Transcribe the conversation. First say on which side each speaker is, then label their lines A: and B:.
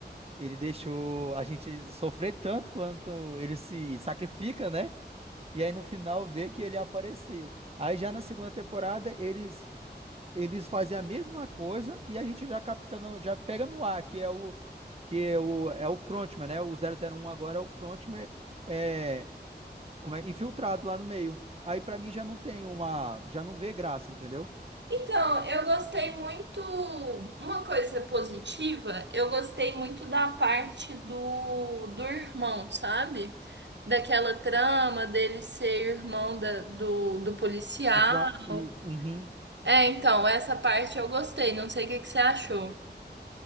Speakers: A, on the right (about 35°); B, on the right (about 85°).
A: ele deixou a gente sofrer tanto quanto ele se sacrifica, né? E aí no final vê que ele apareceu. Aí já na segunda temporada eles eles fazem a mesma coisa e a gente já capta no- já pega no ar, que é o que é o é o frontman, né? O zero zero um agora é o frontman é, como é infiltrado lá no meio. Aí pra mim já não tem uma, já não vê graça, entendeu?
B: Então, eu gostei muito. Uma coisa positiva, eu gostei muito da parte do, do irmão, sabe? Daquela trama dele ser irmão da- do, do policial.
A: O front, e, uhum,
B: É, então, essa parte eu gostei. Não sei o que que você achou.